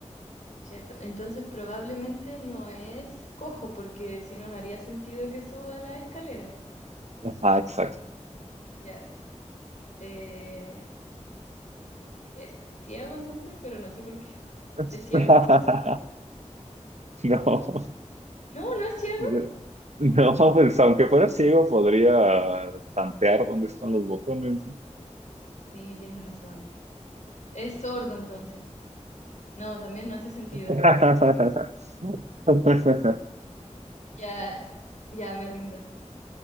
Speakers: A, on the left (about 75°); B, on the right (about 65°).
A: ¿cierto? Entonces probablemente no es cojo, porque si no, no haría sentido que suba la escalera.
B: Ajá, exacto.
A: Ya. Eh, ¿es ciego entonces? Pero no sé por qué.
B: <laughs>
A: ¿Es ciego?
B: No.
A: No, no es ciego.
B: <laughs> No, pues aunque fuera ciego podría tantear dónde están los botones. ¿no?
A: Sí, tienes razón. Es sordo entonces. No, también no hace sentido.
B: <laughs>
A: Ya, ya me rindo.